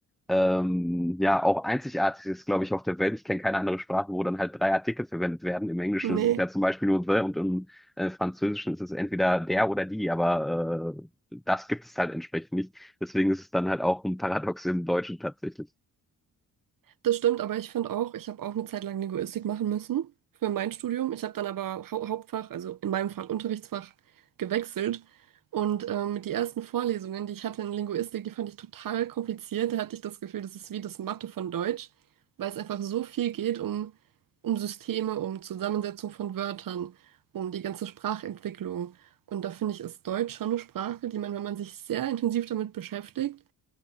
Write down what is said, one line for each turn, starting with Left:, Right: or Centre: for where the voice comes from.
Centre: ähm, ja auch einzigartig ist, glaube ich, auf der Welt. Ich kenne keine andere Sprache, wo dann halt drei Artikel verwendet werden. Im Englischen
Right: Nee.
Centre: ist es ja zum Beispiel nur the und im äh, Französischen ist es entweder der oder die, aber äh, das gibt es halt entsprechend nicht. Deswegen ist es dann halt auch ein Paradox im Deutschen tatsächlich.
Right: Das stimmt, aber ich finde auch, ich habe auch eine Zeit lang Linguistik machen müssen für mein Studium. Ich habe dann aber Hau Hauptfach, also in meinem Fall Unterrichtsfach, gewechselt. Und ähm, die ersten Vorlesungen, die ich hatte in Linguistik, die fand ich total kompliziert. Da hatte ich das Gefühl, das ist wie das Mathe von Deutsch, weil es einfach so viel geht um, um Systeme, um Zusammensetzung von Wörtern, um die ganze Sprachentwicklung. Und da finde ich, ist Deutsch schon eine Sprache, die man, wenn man sich sehr intensiv damit beschäftigt,